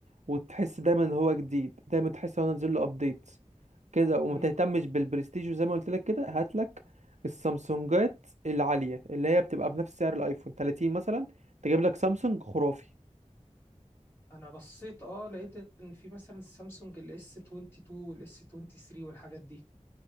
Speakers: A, on the right (about 65°); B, on the left (about 15°).
A: وتحس دايما ان هو جديد دايما تحس ان هو نازل له ابديتس كده وما
B: امم.
A: تهتمش بالبرستيج وزي ما قلت لك كده هات لك السامسونجات العاليه اللي هي بتبقى بنفس سعر الايفون 30 مثلا تجيب لك سامسونج خرافي
B: انا بصيت اه لقيت ان في مثلا السامسونج الاس 22 والاس 23 والحاجات دي